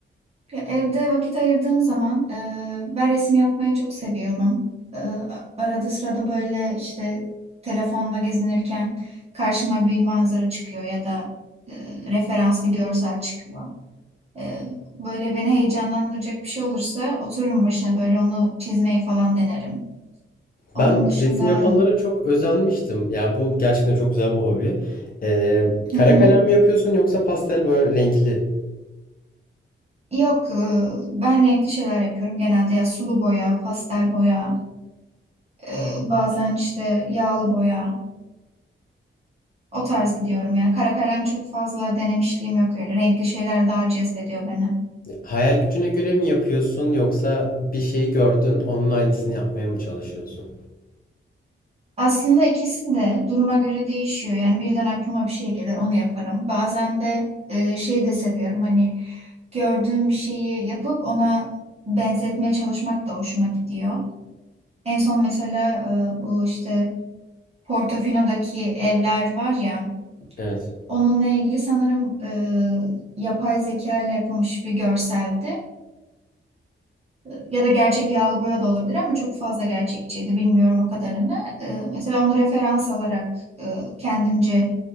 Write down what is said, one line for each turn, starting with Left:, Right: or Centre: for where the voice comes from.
Right: Ya evde vakit ayırdığım zaman e, ben resim yapmayı çok seviyorum. E, arada sırada böyle işte telefonda gezinirken karşıma bir manzara çıkıyor ya da e, referans bir görsel çıkıyor. E, böyle beni heyecanlandıracak bir şey olursa otururum başına böyle onu çizmeyi falan denerim. Onun
Left: Ben
Right: dışında
Left: resim yapanlara çok özenmiştim. Ya bu gerçekten çok güzel bir hobi. Ee,
Right: hı
Left: kara
Right: hı.
Left: kalem mi yapıyorsun yoksa pastel boya renkli
Right: Yok e, ben renkli şeyler yapıyorum genelde ya sulu boya, pastel boya, e, bazen işte yağlı boya. O tarz gidiyorum yani. Kara kalem çok fazla denemişliğim yok öyle. Renkli şeyler daha cezbediyor beni.
Left: Hayal gücüne göre mi yapıyorsun yoksa bir şey gördün onun aynısını yapmaya mı çalışıyorsun?
Right: Aslında ikisi de duruma göre değişiyor. Yani birden aklıma bir şey gelir, onu yaparım. Bazen de e, şeyi de seviyorum. Hani gördüğüm bir şeyi yapıp ona benzetmeye çalışmak da hoşuma gidiyor. En son mesela e, bu işte Portofino'daki evler var ya,
Left: Evet,
Right: onunla ilgili sanırım e, yapay zeka ile yapılmış bir görseldi. Ya da gerçek yağlı boya da olabilir ama çok fazla gerçekçiydi. Bilmiyorum o kadarını. Ee, mesela onu referans alarak e, kendimce